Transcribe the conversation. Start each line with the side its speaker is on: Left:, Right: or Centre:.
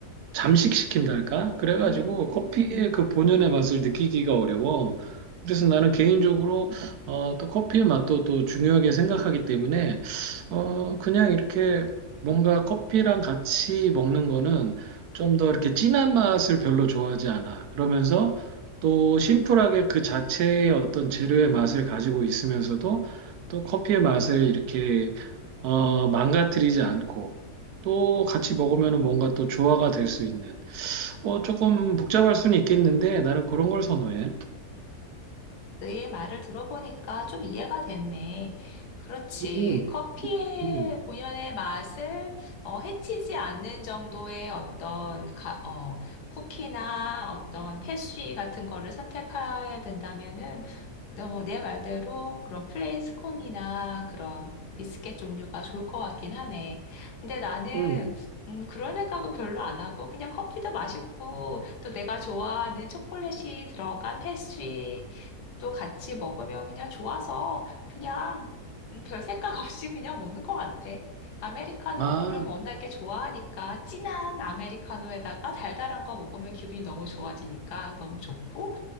Right: 잠식시킨달까? 그래가지고
Left: 음.
Right: 커피의 그 본연의 맛을 느끼기가 어려워. 그래서 나는 개인적으로 어, 또 커피의 맛도 또 중요하게 생각하기 때문에 어, 그냥 이렇게 뭔가 커피랑 같이 먹는 거는 좀 더 이렇게 진한 맛을 별로 좋아하지 않아. 그러면서 또 심플하게 그 자체의 어떤 재료의 맛을 가지고 있으면서도 또 커피의 맛을 이렇게 어, 망가뜨리지 않고 또 같이 먹으면 뭔가 또 조화가 될 수 있는. 어, 조금 복잡할 수는 있겠는데 나는 그런 걸 선호해.
Left: 너의 말을 들어보니까 좀 이해가 됐네. 그렇지.
Right: 음,
Left: 커피의
Right: 음,
Left: 본연의 맛을 어, 해치지 않는 정도의 어떤 가- 어, 쿠키나 어떤 패스트리 같은 거를 선택해야 된다면은 어, 내 말대로 그런 플레인 스콘이나 그런 비스켓 종류가 좋을 것 같긴 하네. 근데 나는
Right: 음.
Left: 음, 그런 생각은 별로 안 하고 그냥 커피도 맛있고 또 내가 좋아하는 초콜릿이 들어간 패스트리 또 같이 먹으면 그냥 좋아서 그냥 음, 별 생각 없이 그냥 먹는 것 같아. 아메리카노를
Right: 아,
Left: 워낙에 좋아하니까 진한 아메리카노에다가 달달한 거 먹으면 기분이 너무 좋아지니까 너무 좋고